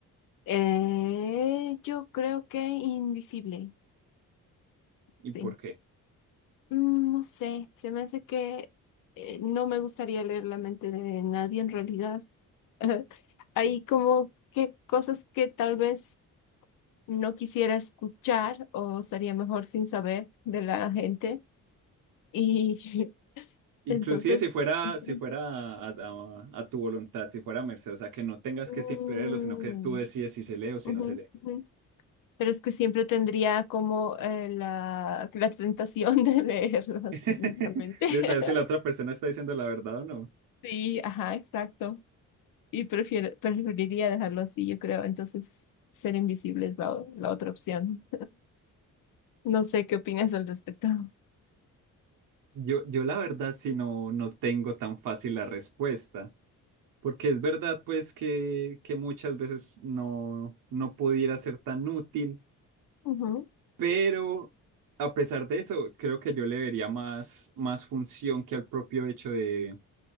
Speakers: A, on the left; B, on the right.
A: eh, yo creo que invisible,
B: ¿Y
A: sí.
B: por qué?
A: Mm, no sé, se me hace que eh, no me gustaría leer la mente de nadie en realidad. <laughs> Hay como que cosas que tal vez no quisiera escuchar o sería mejor sin saber de la gente. Y <laughs>
B: Inclusive
A: Entonces,
B: si fuera,
A: sí.
B: si fuera a, a- a tu voluntad, si fuera a merced, o sea, que no tengas
A: Mm,
B: que siempre leerlo, sino que tú decides si se lee o si
A: ujú,
B: no se lee.
A: ujú. Pero es que siempre tendría como eh, la, la tentación <laughs> de leerlos
B: <laughs>
A: realmente. <laughs>
B: De saber si la otra persona está diciendo la verdad o no.
A: Sí, ajá, exacto. Y prefiero, preferiría dejarlo así, yo creo. Entonces, ser invisible es la, la otra opción. No sé qué opinas al respecto.
B: Yo, yo la verdad, si no, no tengo tan fácil la respuesta. Porque es verdad, pues, que, que muchas veces no, no pudiera ser tan útil,
A: Ujú,
B: pero a pesar de eso, creo que yo le vería más, más función que al propio hecho de,